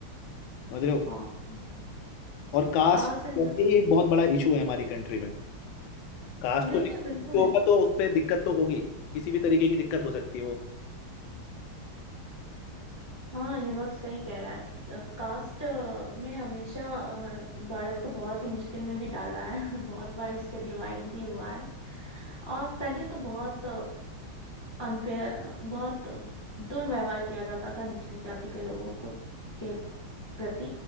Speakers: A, on the left; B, on the left.
A: समझ रहे हो
B: हाँ
A: और कास्ट
B: कास्ट सेंसस
A: करके एक बहुत बड़ा इशू है हमारी कंट्री में कास्ट को
B: बिल्कुल
A: लेकर
B: बिल्कुल
A: होगा तो उस पर दिक्कत तो होगी किसी भी तरीके की दिक्कत हो सकती है वो
B: हाँ ये बात सही कह रहा है कास्ट में हमेशा अ, भारत को बहुत ही मुश्किल में भी डाला है <laughs> बहुत बार इस पे डिवाइड भी हुआ है और पहले तो बहुत अनफेयर बहुत दुर्व्यवहार किया जाता था निचली जाति के लोगों को के प्रति